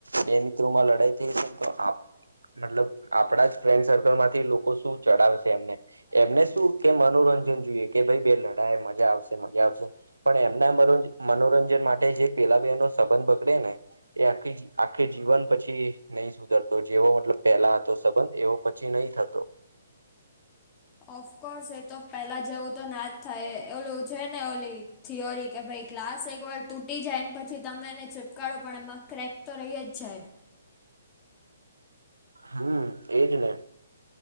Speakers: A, on the right; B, on the left.
A: બે મિત્રો માં લડાઈ થઈ છે તો આપ મતલબ આપડા જ ફ્રેન્ડ સર્કલ માંથી લોકો શું ચડાવશે એમને એમને શું કે મનોરંજન જોઈએ કે ભાઈ બે લડાય એ મજા આવશે મજા આવશે પણ એમના મનોરંજન માટે જે પેલા બે નો સંબંધ બગડે ને એ આખી આખે જીવન પછી નહી સુધરતો જેવો મતલબ પેલા હતો સંબંધ એવો પછી નહી થતો
B: ઓફકોર્સ એ તો પેલા જેવું તો ના જ થાય ઓલું છે ને ઓલી થિયોરી કે ભાઈ ગ્લાસ એકવાર તૂટી જાયને પછી તમે એને ચીપકારો પણ એમાં ક્રેક તો રહી જ જાય.
A: હમ્મ એજ ને